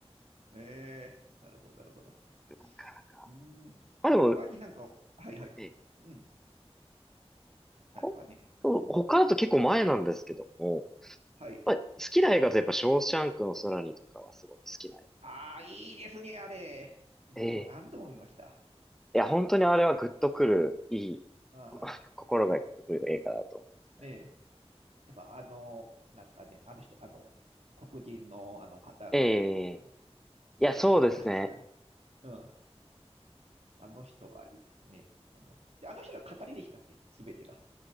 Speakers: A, on the right; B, in the centre.
A: ええなるほど、なるほど。
B: なかなか。
A: うん、他になんか、
B: まあでも、
A: はいはい。
B: え
A: うん、なんですかね。
B: ほと他だと結構前なんですけども、
A: うん、はい。
B: まあ、好きな映画とやっぱ、ショーシャンクの空にとかはすごい好きな映
A: ああ、いいですね、あれ。僕も何度も見ました。
B: 画。ええ。いや、本当にあれはグッとくる、いい、
A: あ
B: <laughs> 心がグッとくる映画だと思いますね。
A: い。ねえ、やっぱあの、なんですかね、あの人、あの、黒人のあの方がいいですよね。
B: ええ。いや、
A: だ、
B: そうですね。
A: だ、なんてな、うん。あの人がいいですね。あの、で、あの人が語りでしたっけすべてが。